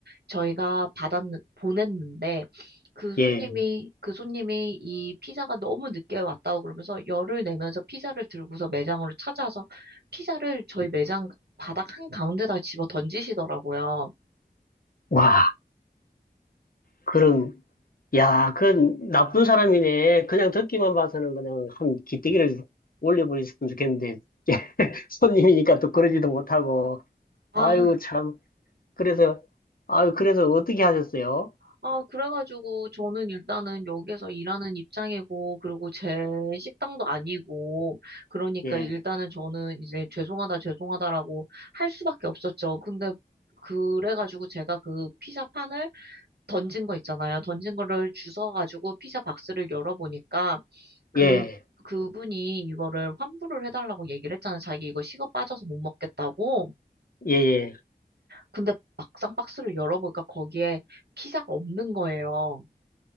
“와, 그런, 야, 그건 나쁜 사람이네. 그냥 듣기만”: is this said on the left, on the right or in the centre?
Left